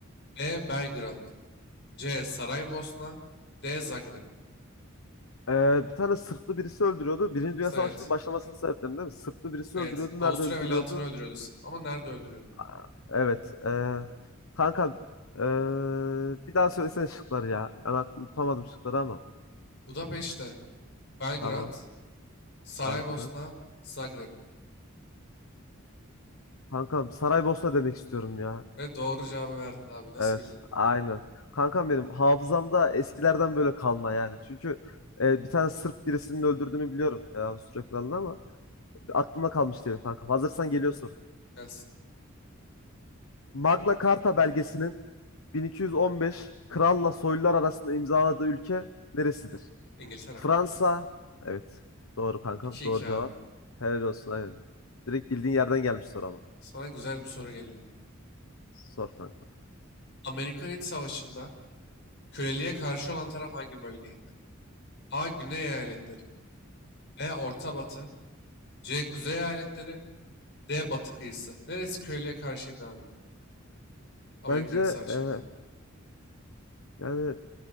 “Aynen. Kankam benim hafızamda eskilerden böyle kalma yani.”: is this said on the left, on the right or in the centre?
Left